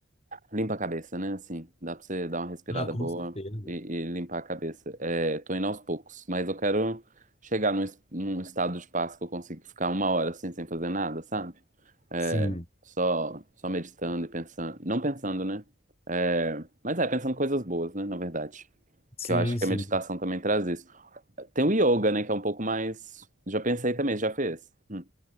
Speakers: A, on the right; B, on the left.
A: limpa a cabeça, né? Assim, dá pra você dar uma respirada
B: Ah, com
A: boa
B: certeza.
A: e, e limpar a cabeça. É, tô indo aos poucos, mas eu quero chegar num, es- num estado de paz que eu consiga ficar uma hora assim, sem fazer nada, sabe? É,
B: Sim,
A: só, só meditando e pensando. Não pensando, né? É, mas é, pensando coisas boas, né? Na verdade.
B: sim,
A: Que eu acho
B: sim.
A: que a meditação também traz isso. Tem o yoga, né? Que é um pouco mais. Já pensei também, já fez. Hum,